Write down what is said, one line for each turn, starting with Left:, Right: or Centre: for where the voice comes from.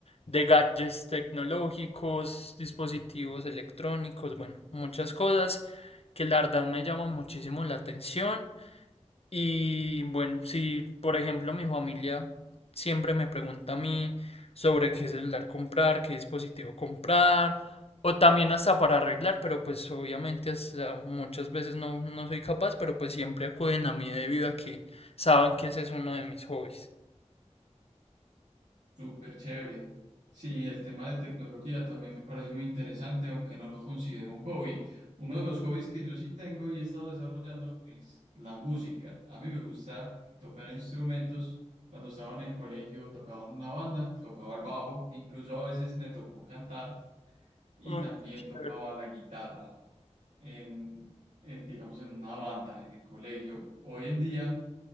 Left: de gadgets tecnológicos, dispositivos electrónicos, bueno, muchas cosas que la verdad me llaman muchísimo la atención y bueno, si por ejemplo mi familia siempre me pregunta a mí sobre qué celular comprar, qué dispositivo comprar, o también hasta para arreglar, pero pues obviamente hasta muchas veces no, no soy capaz, pero pues siempre acuden a mí debido a que saben que ese es uno de mis hobbies.
Right: Súper chévere. Sí, el tema de tecnología también me parece muy interesante, aunque no lo considero un hobby. Uno de los hobbies que yo sí tengo y he estado desarrollando es la música. A mí me gusta tocar instrumentos. Cuando estaba en el colegio tocaba en una banda, tocaba el bajo, incluso a veces me tocó cantar y
Left: Mm,
Right: también
Left: chévere.
Right: tocaba la guitarra en, en digamos, en una banda en el colegio. Hoy en día